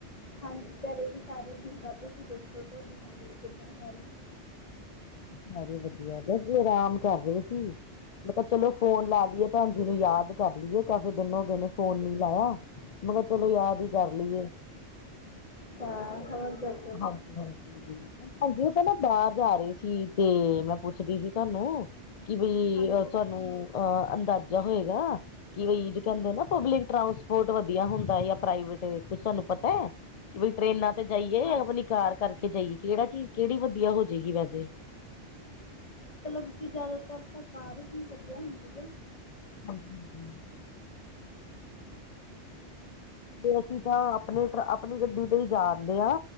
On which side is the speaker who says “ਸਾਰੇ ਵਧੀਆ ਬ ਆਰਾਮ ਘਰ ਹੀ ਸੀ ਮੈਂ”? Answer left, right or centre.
Left